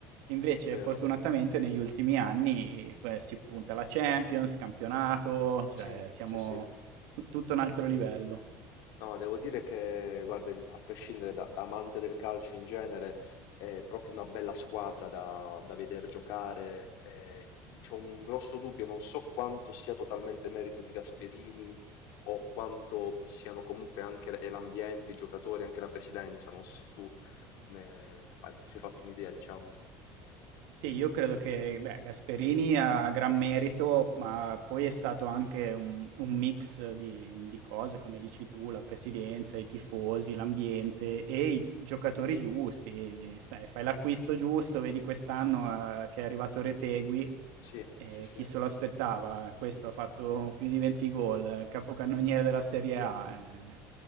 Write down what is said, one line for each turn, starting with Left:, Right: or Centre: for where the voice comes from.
Right: Invece
Left: vero,
Right: fortunatamente negli ultimi anni, beh, si punta alla Champions, campionato, cioè
Left: sì,
Right: siamo
Left: sì, sì.
Right: tu tutto un altro livello.
Left: No, devo dire che, guarda, il- a prescindere da, da amante del calcio in genere, è proprio una bella squadra da, da vedere giocare. eh, c'ho un grosso dubbio, non so quanto sia totalmente merito di Gasperini o quanto siano comunque anche l- e l'ambiente, i giocatori, anche la presidenza. Non so se tu ne hai- ti sei fatto un'idea, diciamo.
Right: Sì, io credo che beh, Gasperini ha gran merito, ma poi è stato anche un, un mix di, di cose, come dici tu, la presidenza, i tifosi, l'ambiente e i giocatori giusti. Sai, fai l'acquisto giusto, vedi quest'anno eh, che è arrivato Retegui,
Left: Sì,
Right: eh,
Left: sì, sì.
Right: chi se lo aspettava? Questo ha fatto più di 20 gol, eh, capocannoniere della Serie A, eh,